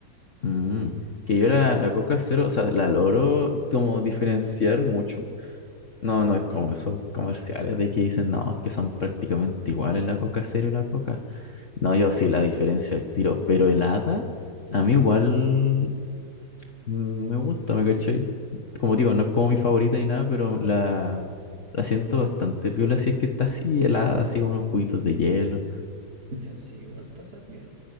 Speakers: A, on the left; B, on the right.
A: mm, que yo la, la Coca Cero, o sea, la logro como diferenciar mucho. No, no es como esos comerciales de que dicen, no, es que son prácticamente iguales la Coca Cero y la Coca. No, yo sí la diferencio al tiro, pero helada, a mí igual Mm, Me gusta, ¿me cachai? Como digo, no es como mi favorita ni nada, pero la, la siento bastante piola si es que está así helada, así con unos cubitos de hielo.
B: Ya, sí, igual pasa piola.